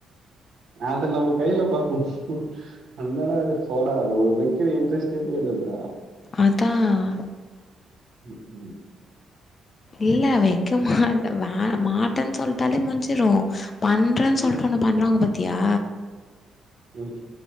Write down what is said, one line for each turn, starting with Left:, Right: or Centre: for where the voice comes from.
Right: நாள்ற நம்ம கைல பாக்கு என்னடா அது போடா அது ஒரு வெக்கிர இன்ட்ரெஸ்டே போய்டுன்டா
Left: அதான்
Right: ம் ம்
Left: இல்ல வெக்க மாட்ட வே மாட்டன்னு சொல்ட்டாலே முஞ்சிரும் ஒற்றன் சொல்ட்டு
Right: ம்
Left: ஒன்னு பண்ணறாங்க பாத்தியா
Right: ம்